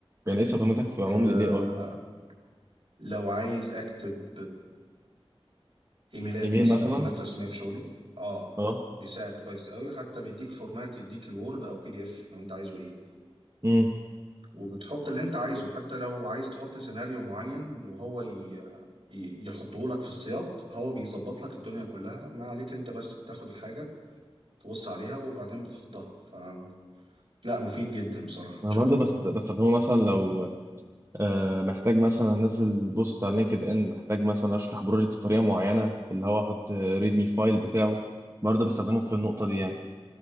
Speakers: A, on the right; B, on the right.
A: يعني ايه استخداماتك في عموم
B: آه،
A: للاي اي
B: لو عايز اكتب ايميلات
A: ايميل
B: مثلا
A: مثلا
B: ايميلات رسميه في شغلي اه
A: اه
B: بيساعد كويس قوي حتى بيديك فورمات يديك الوورد او بي دي اف لو انت عايزه ايه
A: امم
B: وبتحط اللي انت عايزه حتى لو عايز تحط سيناريو معين وهو ي... ي- يحطه لك في السياق هو بيظبط لك الدنيا كلها ما عليك انت بس بتاخد الحاجه تبص عليها وبعدين بتحطها فلا مفيد جدا بصراحه
A: انا
B: تشات
A: برضه
B: جي بي
A: بس
B: تي
A: بستخدمه مثلا لو آه محتاج مثلا انزل بوست على لينكد ان محتاج مثلا اشرح بروجكت بطريقه معينه اللي هو احط ريدمي فايل بتاعه برضه بستخدمه في النقطه دي يعني